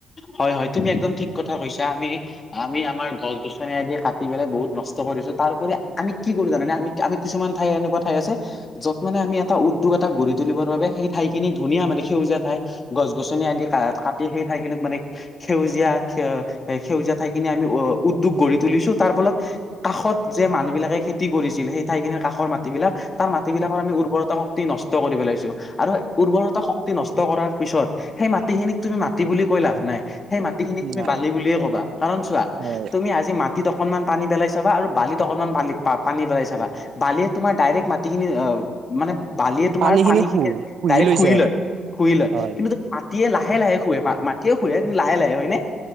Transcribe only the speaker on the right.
নাই
হয়
পানী খিনি
শু
লৈ
যায় আৰু
হয়